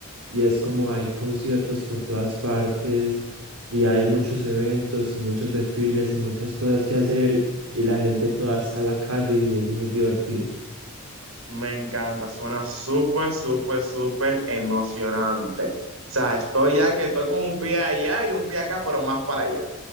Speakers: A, on the right; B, on the right.
A: y es como hay conciertos por todas partes y hay muchos eventos y muchos desfiles y muchas cosas que hacer y la gente toda está en la calle y es muy divertido.
B: Me encanta, suena súper, súper, súper emocionante. O sea, estoy ya que estoy con un pie allá y un pie acá, pero más para allá.